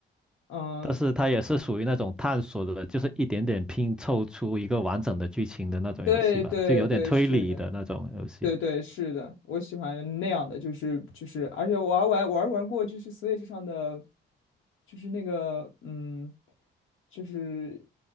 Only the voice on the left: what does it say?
嗯，
对对对，
是的，对对是的，我喜欢那样的，就是就是，而且我还玩玩玩过，就是 Switch 上的，就是那个嗯，就是